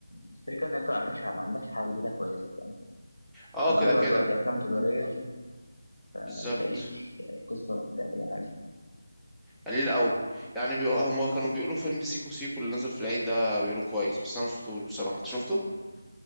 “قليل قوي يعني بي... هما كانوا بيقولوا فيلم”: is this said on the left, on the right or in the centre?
Centre